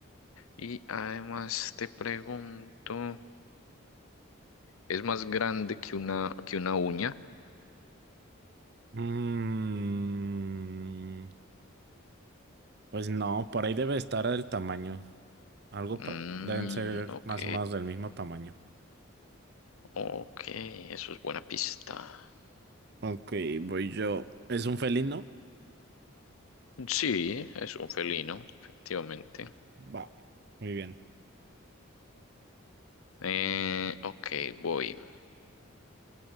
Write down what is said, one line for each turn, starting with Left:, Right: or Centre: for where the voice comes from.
Left: Y además te pregunto, ¿es más grande que una, que una uña?
Right: Mm, pues no, por ahí debe estar el tamaño. Algo
Left: Mm,
Right: pa- deben ser
Left: ok,
Right: más o menos del mismo tamaño.
Left: ok, eso es buena pista.
Right: Ok, voy yo. ¿Es un felino?
Left: Sí, es un felino, efectivamente.
Right: Wow, muy bien.
Left: Eh, ok, voy.